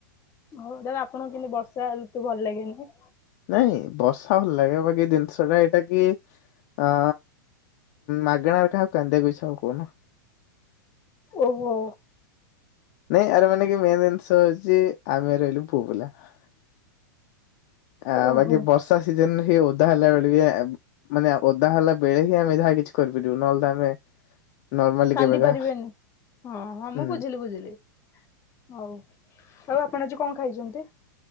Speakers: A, on the left; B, on the left.
A: ହଉ ତାହଲେ ଆପଣଙ୍କୁ କେମତି ବର୍ଷା ଋତୁ ଭଲ ଲାଗେନି।
B: ନାଇଁ ବର୍ଷା ଭଲ ଲାଗେ ବାକି ଜିନିଷ ଟା ଏଇଟା କି ଅ ମାଗଣାରେ କାହାକୁ କାନ୍ଦିବାକୁଇଛାଉ କହୁହନ।
A: ଓ ହୋ।
B: ନାଇଁ ଆରେ ମାନେ କି ମେନ୍ ଜିନିଷ ହଉଛି ଆମେ ରହିଲୁ ପୁଅ ପିଲା ହା -- ଆ
A: ଓହୋ
B: ବାକି ବର୍ଷା ଶିଯିନି ସେ ଓଦା ହେଲା ବେଳେ ବି ମାନେ ଓଦା ହେଲା ବେଳେ ହିଁ ଆମେ ଯାହା କିଛି କରିପାରିବୁ ନହେଲେ ତ ଆମେ ନର୍ମାଲି
A: କାନ୍ଦି
B: କେବେକା
A: ପାରିବେନି ମ ହଁ
B: ହୁଁ
A: ମୁଁ ବୁଝିଲି ବୁଝିଲି ହଉ। ଆଉ ଆପଣ ଆଜି କଣ ଖାଇଛନ୍ତି।